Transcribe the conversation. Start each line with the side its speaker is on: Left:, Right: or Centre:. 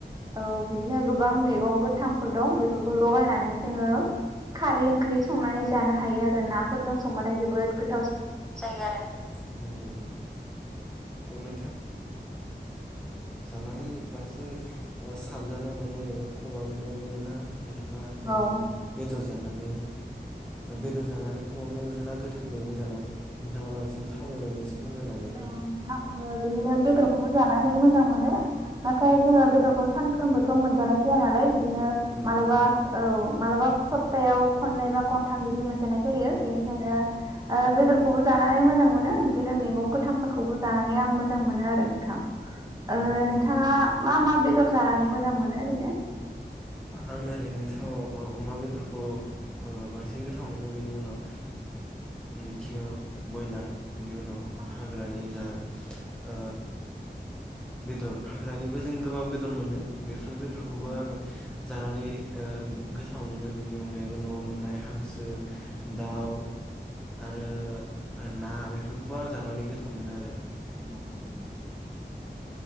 Right: औ बिदिनो गोबां मैगं गोथांफोर दं बेफोरखौ लगायनानै जोङो खारै ओंख्रि संनानै जानो हायो आरो नाफोरजों संबाथाय जोबोद गोद
Centre: <inaudible> बेदर जानानै बांसिन साबजानाय मोनो एबा खबाबनाय मोनोना नोंथां। नोंथाङा ओरैनो
Right: औ
Centre: बेदर जा जानानै बेदर जानानै खबाबनाय मोनो ना गोथां मैगं जानानै नोंथाङा बांसिन थावनाय मोनो एसे फोरमायनो हागोन ना
Right: औ नोंथां बिदिनो बेदर खौबो जानानै मोजां मोनो नाथाय जोङो बेदरखौ सानफ्रोमबोथ' मोनजानाय जाया नालाय बिदिनो
Centre: नंगौ
Right: मालाबा
Centre: नंगौ
Right: औ मालाबा सप्तायाव खननै बा खनथाम बिदि मोनजानाय जायो बेनिखायनो बेदरखौबो जानानै मोजां मोनो बिदिनो मैगं गोथांफोरखौबो जानानै आं मोजां मोनो आरो। नोंथाङा
Centre: औ औ
Right: नोंथाङा मा मा बेदर जानानै मोजां मोनो ओरैनो?
Centre: आं ओरैनोथ' अमा बेदरखौ बांसिन गोथाव मोनो बेनि उनाव नैथियाव बयलार बिनि उनाव
Right: औ औ
Centre: हाग्रानि जा ओ बेदर हाग्रानिबो जों गोबां बेदर मोनो बे ओर बेदरखौबो
Right: औ
Centre: आंङो जानानै ओ गोथाव मोनो बेनि अन गायबो न'आव मोननाय हांसो दाव आरो ना बेफोरखौबो आं जानानै गोथाव मोनो आरो।
Right: अ ओं दे।